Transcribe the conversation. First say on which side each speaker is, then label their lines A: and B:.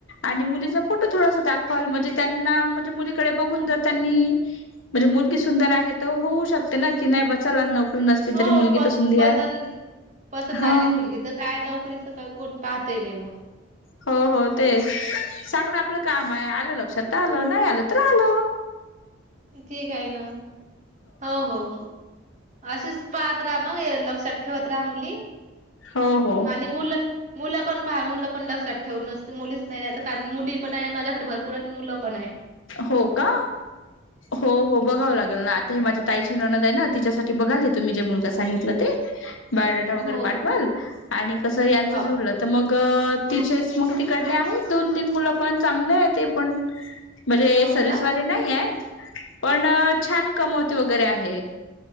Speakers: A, on the left; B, on the right.
A: आणि मुलीचा फोटो थोडासा टाक ल म्हणजे त्यांना म्हणजे मुलीकडे बघून ज त्यांनी म्हणजे मुलगी सुंदर आहेत तर होऊ शकते ना की नाही बचायला नोकरी नसली
B: हो
A: तरी मुलगी
B: पस
A: तर सुधी
B: पसंत
A: आहे
B: पसंत
A: हा
B: आली मुलगी तर काय नोकरीच का कोण पाहतही नाही मग
A: हो हो तेच सांगण आपलं काम आहे आलं लक्षात आलं नाही आलं तर आल
B: ठीक आहे ना हो हो असशीच पाहत राहा मग लक्षात ठेवत राहा मुली
A: हो हो
B: आणि मुलं मुलं पण पहा मुलं पण लक्षात ठेवून नसत मुलीच नाही नाही तर कारण मुली पण आहे माझ्याकडे भरपूर आणि मुलं पण आहे
A: हो का हो हो बघावं लागेल ना आता हे माझ्या ताईची नणद आहे ना तिच्यासाठी बघाली तुम्ही जे मुलगा सांगितला ते बायोडाटा वगैरे
B: हो
A: पाठवाल आणि कसं यांच
B: हो
A: जुडलं तर मग तिचेच मग तिकडले आहे दोन तीन मुलं पण चांगले आहे ते पण म्हणजे
B: हो हो
A: सर्विसवाले
B: का?
A: नाही आहे पण छान कमवते वगैरे आहे